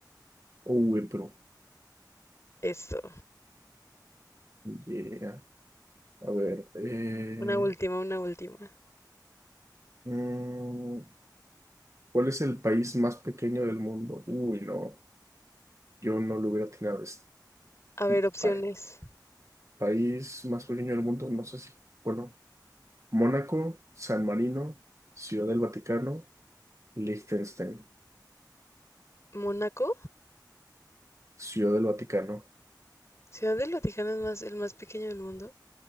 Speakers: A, on the right; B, on the left.
A: Uy, pero,
B: Eso.
A: yeah. A ver, eh,
B: Una última, una última.
A: mm, ¿cuál es el país más pequeño del mundo? Uy, no, yo no lo hubiera atinado. Es,
B: A ver, opciones.
A: pa- país más pequeño del mundo, no sé si, bueno, Mónaco, San Marino, Ciudad del Vaticano, Liechtenstein,
B: ¿Mónaco?
A: Ciudad del Vaticano,
B: ¿Ciudad del Vaticano es más, el más pequeño del mundo?